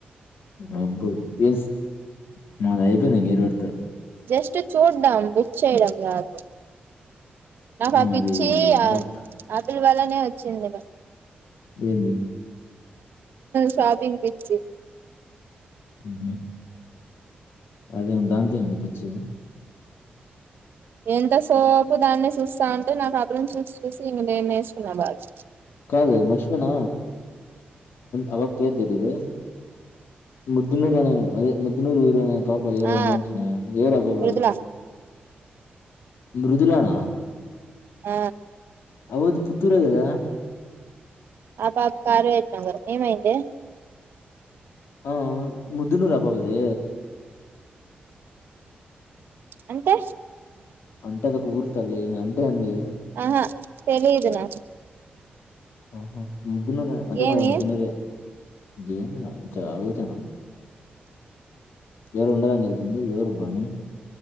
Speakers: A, on the left (about 80°); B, on the right (about 70°).
A: అబ్బో ఏస్ మది ఐపోయింది ఇంగ ఈరోజు తో
B: ఫస్ట్ చూద్దాం బుక్ చేయడం గాదు నాకు అ
A: మాది
B: పిచ్చి
A: ఎందంతా
B: అప్పీల్ వల్లనే వచ్చింది
A: ఏంది
B: షాపింగ్ పిచ్చి
A: హ్మ్ అదే ఉంతే ఏమి ఉందే పిచ్చి
B: ఎంత సోపు దాన్నే సుస్సా అంటే నాకు అపురం చూసి చూసి ఇంగ నేను వేసుకున్నా బాగా
A: కాదు మార్చిపిన అ పాప పేరు తెలీదే బు గున్నూరు అనే అదే ముద్దునూరు ఊరు అనే పాప ఎవరు
B: ఆ
A: ఉన్నాంటనే ఎవరు ఆ పాప
B: మృదుల
A: మృదులనా
B: అ
A: వల్ది పుత్తూరే గద
B: ఆ పాప కారవ నగర్ ఏమైంది
A: అ ముదున్నూరు అ అ పాపది
B: అంటే
A: అంటే అదొక ఊరు తల్లి అంటే అంది
B: ఆహా తెలిదు నా
A: ఆహ ముద్దునూరు అంటే
B: ఏమి
A: మాది ముధునురే ఏమిలే అంతే అడుగుతన ఎవరు ఉండదని తెలిసింది ఎవరుబ్బ అనీ